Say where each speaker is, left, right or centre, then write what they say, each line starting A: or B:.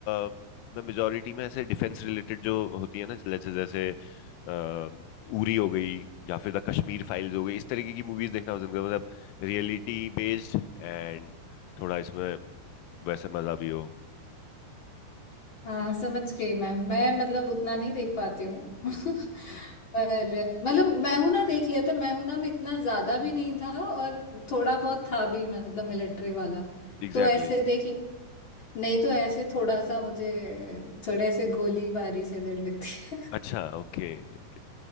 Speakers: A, on the left; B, on the left.
A: अ, मैं मेजोरिटी में ऐसे डिफेंस रिलेटेड जो होती है ना जैसे जैसे अ, उरी हो गई या फिर द कश्मीर फाइल्स हो गई इस तरीके की मूवीज देखना पसंद करता हूँ। मतलब रियलिटी बेस्ड एंड थोड़ा इसमें वैसे मजा भी हो
B: हाँ समझ गई मैं मैं मतलब उतना नहीं देख पाती हूँ <laughs>
A: हम्म
B: पर
A: हम्म
B: मतलब मैं हूं ना देख लिया था मैं हूं ना में इतना ज्यादा भी नहीं था और थोड़ा बहुत था भी मतलब मिलिट्री वाला
A: Exactly
B: तो ऐसे
A: exactly.
B: देख लिया नहीं तो ऐसे थोड़ा सा मुझे थोड़े से गोलीबारी से डर लगती है
A: अच्छा ओके ओके